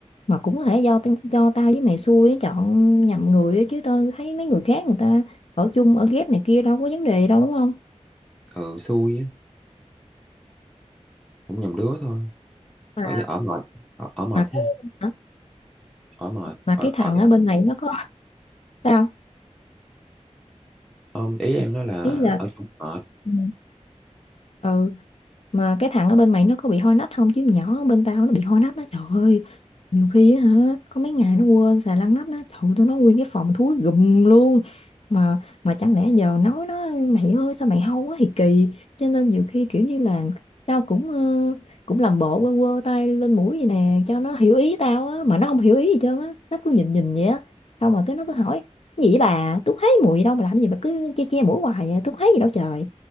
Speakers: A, on the left; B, in the centre.
A: mà cũng có thể do tin- do tao với mày xui á, chọn nhầm người á chứ tao thấy mấy người khác người ta ở chung ở ghép này kia đâu có vấn đề đâu đúng không
B: ừ, xui á cũng nhầm đứa thôi
A: mà
B: ở ở mệt ở, ở mệt
A: mà cái
B: ha
A: hả?
B: ở mệt
A: mà
B: ở
A: cái thằng
B: ở
A: ở bên này nó có sao
B: không ý em nói là
A: ý là
B: ở chung mệt
A: ừ, ừ mà cái thằng ở bên mày nó có bị hôi nách không chứ nhỏ bên tao nó bị hôi nách đó trời ơi nhiều khi á hả có mấy ngày nó quên xài lăn nắp đó trời ơi, tụi nó nguyên cái phòng thúi gùm luôn mà mà chẳng lẽ giờ nói nó mày ơi sao mày hôi quá thì kỳ cho nên nhiều khi kiểu như là tao cũng ờ, cũng làm bộ quơ quơ tay lên mũi vậy nè cho nó hiểu ý tao á mà nó không hiểu ý gì trơn á nó cứ nhìn nhìn vậy á xong rồi cái nó cứ hỏi gì vậy bà tôi thấy mùi đâu mà làm gì mà cứ che che mũi hoài vậy? tôi thấy gì đâu trời